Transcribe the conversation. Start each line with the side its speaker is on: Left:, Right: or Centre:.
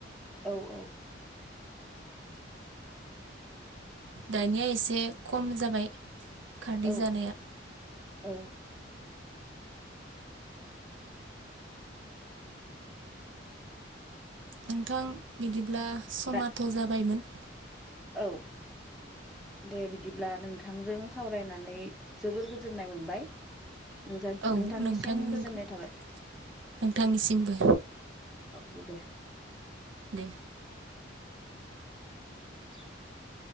Centre: औ औ।
Right: दानिया एसे खम जाबाय खारदै
Centre: औ
Right: जानाया।
Centre: औ।
Right: नोंथां बिदिब्ला समाथ'
Centre: दा
Right: जाबायमोन।
Centre: औ। दे बिदिब्ला नोंथांजों सावरायनानै जोबोर गोजोननाय मोनबाय। नोंथां
Right: औ
Centre: नोंथांनिसिम
Right: नोंथांनि
Centre: गोजोननाय थाबाय
Right: <inaudible> नोंथांनिसिमबो।
Centre: औ दे।
Right: दे।
Centre: <inaudible>